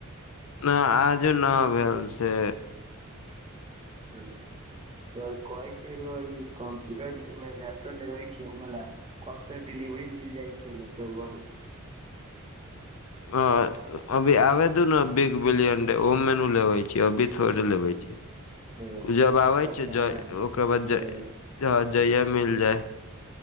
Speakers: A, on the left; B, on the right.
A: नहि आज न भेल छै
B: <unintelligible> तऽ कहै छैर कम्प्यूटर लैपटॉप लेबै छै बोला कब तक डिलिवरी मिल जाइ छै लैपटॉप के
A: ह अभी आबे दू ने बिग बिलियन डे ओ मेनू लेबै छी अभी थोड़े लेबै छी
B: ओ
A: जब आबै
B: दशहरा
A: छै ज
B: मे
A: ओकरा बाद
B: ओ
A: ह जइया मिल जाय